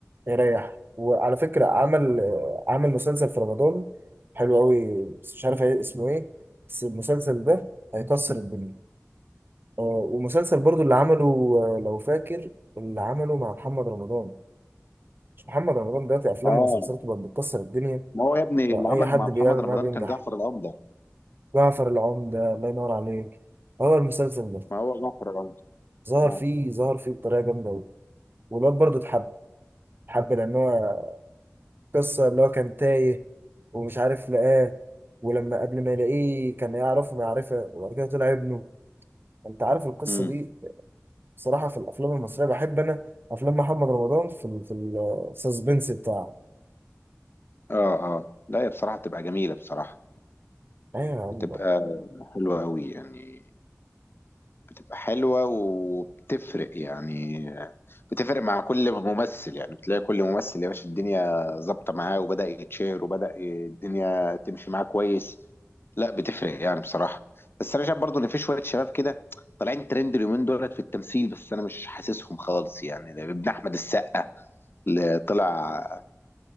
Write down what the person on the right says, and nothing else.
يريح وعلى فكرة عمل عمل مسلسل في رمضان حلو قوي بس مش عارف إيه اسمه ايه بس المسلسل ده هيكسر الدنيا آه، ومسلسل برضو اللي عمله آه، لو فاكر اللي عمله مع محمد رمضان مش محمد رمضان دلوقتي افلامه
ومسلسلاته بقت بتكسر الدنيا
فاي
حد
بيعمل
معاه بينجح
جعفر العمدة الله ينور عليك هو المسلسل ده
ظهر
فيه ظهر فيه بطريقة جامدة قوي والواد برضو اتحب اتحب لان هو قصة اللي هو كان تايه ومش عارف لقاه ولما قبل ما يلاقيه كان يعرفه معرفة وبعد كده طلع ابنه انت عارف القصة
دي بصراحة في الأفلام المصرية بحب أنا أفلام محمد رمضان في ال في السسبنس بتاعه
أيوة يا عم